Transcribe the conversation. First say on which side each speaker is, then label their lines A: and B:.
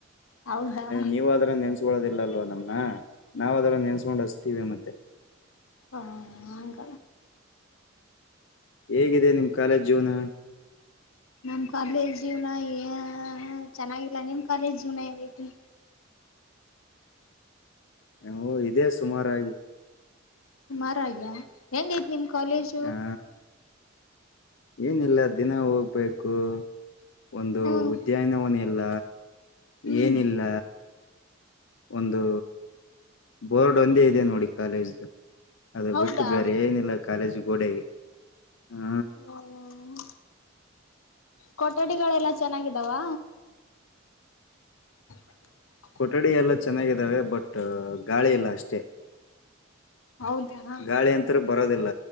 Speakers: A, on the left; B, on the left.
A: ಹೌದಾ ಹ
B: ನೀವ ಅದರ ನೆನ್ಸ್ಕೊಳ್ಳೋದಿಲ್ಲ ಅಲ್ವ ನಮ್ಮನ ನಾವ ಅದರು ನೆನ್ಸ್ಕೊಂಡ ಹಚ್ಚತ್ತೀವಿ ಮತ್ತೆ
A: ಹಾ ಹಂಗ
B: ಹೇಗಿದೆ ನಿಮ್ ಕಾಲೇಜ್ ಜೀವನ
A: ನಮ್ಮ್ ಕಾಲೇಜ್ ಜೀವನ ಎ ಚೆನ್ನಾಗಿಲ್ಲ ನಿಮ್ ಕಾಲೇಜ್ ಜೀವನ ಏಗೈತೆ
B: ಹ್ಮ್ ಇದೇ ಸುಮಾರಾಗಿ
A: ಸುಮಾರಾಗ್ಯ ಹೆಂಗೈತಿ ನಿಮ್ಮ ಕಾಲೇಜ್
B: ಹಾ ಏನಿಲ್ಲ ದಿನ ಹೋಗ್ಬೇಕು ಒಂದು
A: ಹ್ಮ್
B: ಉದ್ಯಾನವನ ಇಿಲ್ಲ
A: ಹ್ಮ್
B: ಏನಿಲ್ಲ ಒಂದು ಬೋರ್ಡ್ ಒಂದೇ ಇದೆ ನೋಡಿ ಕಾಲೇಜ ಅದು
A: ಹೌದಾ
B: ಬಿಟ್ಟು ಬೇರೆ ಏನಿಲ್ಲ ಕಾಲೇಜ್ ಗೋಡೆಗೆ ಹ
A: ಹ್ಮ ಕೊಠಡಿಗಳೆಲ್ಲಾ ಚೆನ್ನಾಗಿದ್ದಾವ <inaudible>
B: ಕೊಠಡಿ ಎಲ್ಲ ಚೆನ್ನಾಗಿದ್ದಾವೆ ಬಟ್ ಗಾಳಿ ಇಲ್ಲ ಅಷ್ಟೇ
A: ಹೌದಾ ಹಾ
B: ಗಾಳಿ ಅಂತ ರ ಬರೋದಿಲ್ಲ